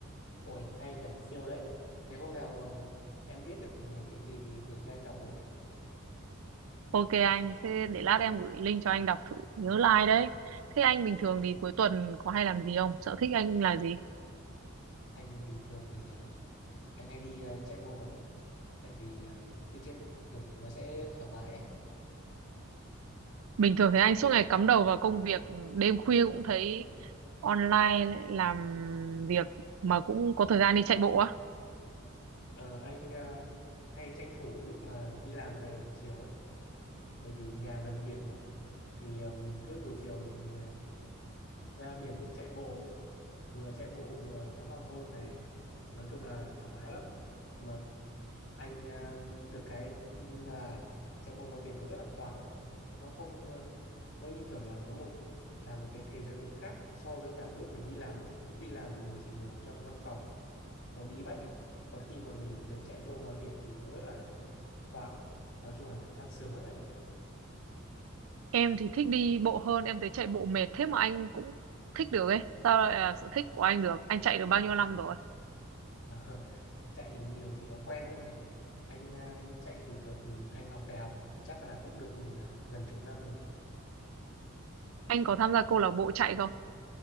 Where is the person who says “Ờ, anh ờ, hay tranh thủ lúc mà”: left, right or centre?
Left